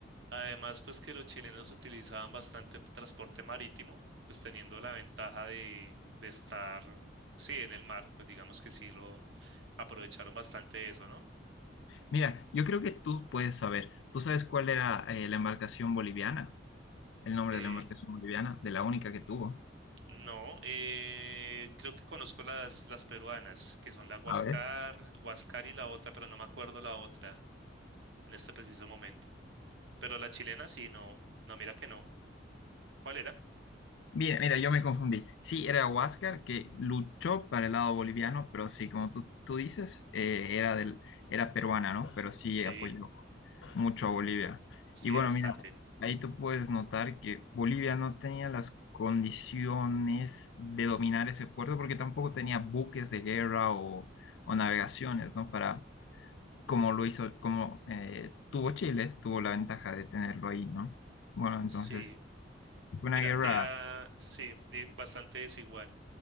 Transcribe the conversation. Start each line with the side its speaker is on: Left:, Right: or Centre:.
Right: Además, pues que los chilenos utilizaban bastante transporte marítimo, pues teniendo la ventaja de, de estar, sí, en el mar, pues digamos que sí lo aprovecharon bastante de eso, ¿no?
Left: Mira, yo creo que tú puedes saber. ¿Tú sabes cuál era eh, la embarcación boliviana? El nombre
Right: Eh,
Left: de la embarcación boliviana, de la única que tuvo.
Right: no, eh, creo que conozco las, las peruanas, que son la Huascar,
Left: A ver.
Right: Huascar y la otra, pero no me acuerdo la otra en este preciso momento. Pero la chilena sí, no, no, mira que no. ¿Cuál era?
Left: Mira, mira, yo me confundí. Sí, era Huáscar que luchó para el lado boliviano, pero sí, como tú, tú dices, eh, era del, era peruana, ¿no? Pero sí
Right: Sí,
Left: apoyó. mucho a Bolivia.
Right: sí,
Left: Y bueno,
Right: bastante.
Left: mira, ahí tú puedes notar que Bolivia no tenía las condiciones de dominar ese puerto porque tampoco tenía buques de guerra o, o navegaciones, ¿no? Para, como lo hizo, como eh, tuvo Chile, tuvo la ventaja de tenerlo ahí, ¿no? Bueno, entonces
Right: Sí,
Left: fue
Right: mira,
Left: una guerra.
Right: te da, sí, di- bastante desigual.